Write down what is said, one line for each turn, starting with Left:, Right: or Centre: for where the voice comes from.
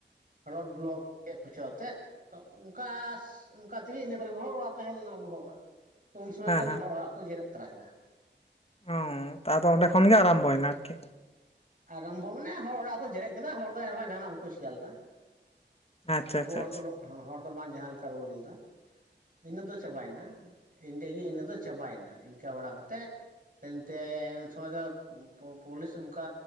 Right: ᱨᱳᱰ ᱵᱞᱚᱠ <unintelligible> ᱠᱚᱪᱚ ᱟᱛᱮᱫ ᱛᱚ ᱚᱱᱠᱟ ᱚᱱᱠᱟ ᱛᱮᱜᱮ ᱤᱱᱟᱹ ᱠᱚᱨᱮ ᱜᱮ ᱦᱚᱲ ᱚᱲᱟᱜ ᱛᱟᱦᱮᱸ ᱞᱮᱱᱟ ᱟᱵᱚ ᱦᱚᱲ ᱚᱲᱟᱜ ᱛᱚ ᱩᱱ ᱥᱚᱢᱚᱭ ᱜᱮ
Left: ᱦᱮᱸ
Right: ᱦᱚᱲ ᱚᱲᱟᱜ ᱠᱚ ᱡᱮᱨᱮᱫ ᱛᱚᱨᱟ ᱠᱮᱫᱟ
Left: ᱚᱻ ᱛᱟᱫᱚ ᱚᱸᱰᱮ ᱠᱷᱚᱱ ᱜᱮ ᱟᱨᱚᱢ ᱵᱚᱭᱱᱟ ᱟᱨᱠᱤ
Right: ᱟᱨᱟᱢᱵᱷᱚ ᱢᱟᱱᱮ ᱦᱚᱲ ᱚᱲᱟᱜ ᱠᱚ ᱡᱮᱨᱮᱫ ᱠᱮᱫᱟ ᱦᱚᱲ ᱫᱚ ᱮᱱᱦᱚᱸ ᱡᱟᱦᱟᱱᱟᱜ ᱵᱟᱠᱩ ᱪᱮᱠᱟ ᱞᱮᱫᱟ
Left: ᱟᱪᱪᱷᱟ
Right: ᱟᱵᱚ
Left: ᱟᱪᱪᱷᱟ
Right: ᱦᱚᱲ
Left: ᱟᱪᱪᱷᱟ
Right: ᱫᱚ ᱦᱚᱲ ᱫᱚ ᱵᱟᱝ ᱡᱟᱦᱟᱸ ᱞᱮᱠᱟ ᱨᱩᱣᱟᱹᱲ ᱞᱮᱫᱟ ᱤᱱᱟᱹ ᱫᱚ ᱪᱟᱵᱟᱭ ᱮᱱᱟ ᱮᱸᱰᱮ ᱜᱮ ᱤᱱᱟᱹ ᱫᱚ ᱪᱟᱵᱟᱭ ᱮᱱᱟ ᱤᱱᱠᱟᱹ ᱵᱟᱲᱟ ᱠᱟᱛᱮᱫ ᱮᱱᱛᱮ ᱩᱱ ᱥᱚᱢᱚᱭ ᱫᱚᱼᱼ ᱯᱩ ᱯᱩᱞᱤᱥ ᱚᱱᱠᱟ